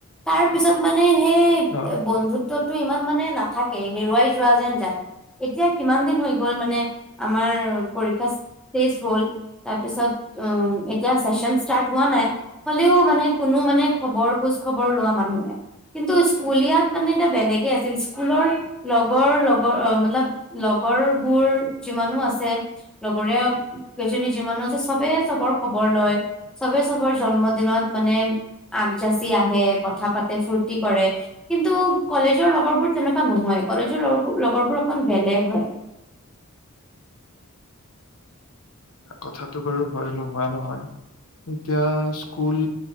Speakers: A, in the centre; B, on the left (about 75°).
A: তাৰ পিছত মানে সেই
B: হয়
A: বন্ধুত্বটো ইমান মানে নাথাকে হেৰুৱাই যোৱা যেন যায় এতিয়া কিমান দিন হৈ গ'ল মানে আমাৰ পৰীক্ষা চেচ হল তাৰপিছত অ এতিয়া চেচন ষ্টাৰ্ট হোৱা নাই হ'লেও মানে কোনো মানে খবৰ খোজ খবৰ লোৱা মানুহ নাই কিন্তু স্কুললিয়াত মানে এতিয়া বেলেগে আছিল স্কুলৰ লগৰ লগৰ অ মাতলাব লগৰবোৰ যিমানো আছে লগৰীয়া কেইজনী যিমানো আছে চবেই চবৰ খবৰ লয় চবে চবৰ জন্মদিনত মানে আগ যাচি আহে কথা পাতে ফূৰ্তি কৰে কিন্তু কলেজৰ লগৰবোৰ তেনেকুৱা নহয় কলেজৰ লগবোৰ লগৰবোৰ অকন বেলেগ হয়
B: কথাটো বাৰু হয় নোহোৱা নহয় এতিয়া স্কুল